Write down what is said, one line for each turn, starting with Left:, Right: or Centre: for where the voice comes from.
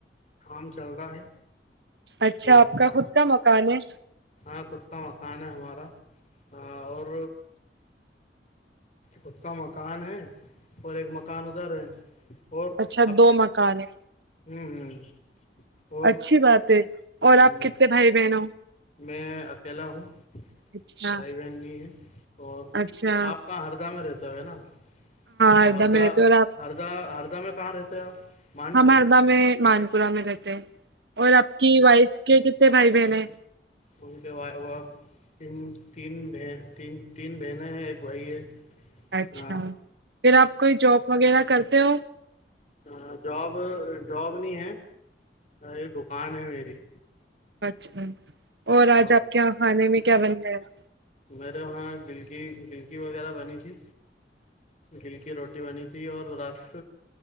Left: کام چل رہا
Right: اچھا
Left: دیکھ
Right: آپ کا
Left: ہاں
Right: خود کا مکان ہے
Left: ہاں خود کا مکان ہے ہمارا اور خود کا مکان ہے اور ایک مکان ادھر ہے اور
Right: س
Left: اب
Right: دو مکان ہے
Left: ہوں ہوں اور
Right: اچھی بات ہے اور
Left: ہوں
Right: آپ کتنے بھائی بہن ہو
Left: میں اکیلا ہوں
Right: اچھا
Left: بھائی بہن ہے اور
Right: اچھا
Left: آپ کہاں ہردہ میں رہتا ہو ہے نا ہاں
Right: ہردا
Left: ہردہ
Right: میں رہتے اور آپ
Left: ہردہ ہردہ میں کہاں رہتے ہیں آپ مان
Right: ہم
Left: پورا
Right: ہردا میں مانپورہ میں رہتے اور آپ کی وائف کے کتنے بھائی بہن ہیں
Left: ان کے تین تین بہنیں ہیں ایک بھائی ہے
Right: اچھا
Left: ہاں
Right: پھر آپ کوئی جاب وغیرہ کرتے ہو
Left: ہ جاب جاب نہیں ہے یہ دکان ہے میری
Right: اچھا اور
Left: ہاں
Right: آج آپ کے یہاں کھانے میں کیا بن گیا گا
Left: میرے وہاں گلک گلکی وغیرہ بنی تھی گل کی روٹی بنی تھی تھی اور رس